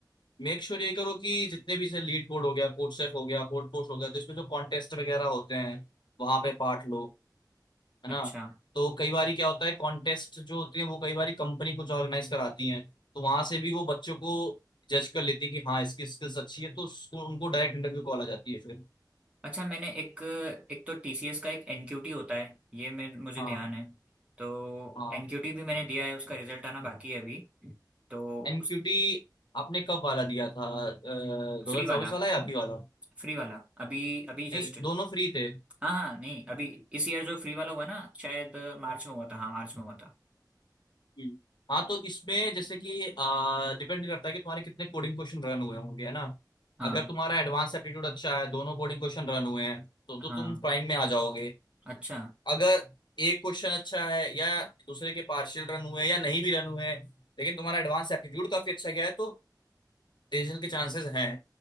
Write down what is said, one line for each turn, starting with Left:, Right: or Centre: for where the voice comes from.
Left: मेक श्योर ये करो कि जितने भी से लीड कोड हो गया कोड सेफ हो गया कोड पोस्ट हो गया तो इसमें जो कॉन्टेस्ट वगैरह होते हैं वहां पे पार्ट लो है
Right: अच्छा
Left: ना तो कई बार क्या होता है कॉन्टेस्ट जो होते हैं वो कई बार कंपनी कुछ ऑर्गेनाइज कराती है तो वहां से भी वो बच्चों को जज कर लेती है कि हाँ इसकी स्किल्स अच्छी है तो उसको उनको डायरेक्ट इंटरव्यू कॉल आ जाती है फिर
Right: अच्छा मैंने एक एक तो टीसीएस का एक एनक्यूटी होता है ये मैं मुझे
Left: हाँ
Right: ध्यान है तो
Left: हाँ
Right: एनक्यूटी भी मैंने दिया है उसका रिजल्ट आना बाकी है अभी तो
Left: एनक्यूटी
Right: उस,
Left: आपने कब वाला दिया था दो
Right: फ्री
Left: हजार चौबीस
Right: वाला
Left: वाला या अभी वाला
Right: फ्री वाला अभी अभी जस्ट
Left: नहीं दोनों फ्री थे
Right: हाँ हाँ नहीं अभी इस ईयर जो फ्री वाला हुआ ना शायद मार्च में हुआ था हाँ मार्च में हुआ था
Left: हम्म। हाँ तो इसमें जैसे कि डिपेंड करता है कि तुम्हारे कितने कोडिंग क्वेश्चन रन हुए होंगे है ना
Right: हाँ
Left: अगर तुम्हारा एडवांस एप्टीट्यूड अच्छा है दोनों कोडिंग क्वेश्चन रन हुए हैं तो तो
Right: हाँ
Left: तुम प्राइम में आ जाओगे
Right: अच्छा
Left: अगर एक क्वेश्चन अच्छा है या दूसरे के पार्शियल रन हुए हैं या नहीं भी रन हुए हैं लेकिन तुम्हारा एडवांस एप्टीट्यूड काफी अच्छा गया है तो डिसीजन के चांसेस हैं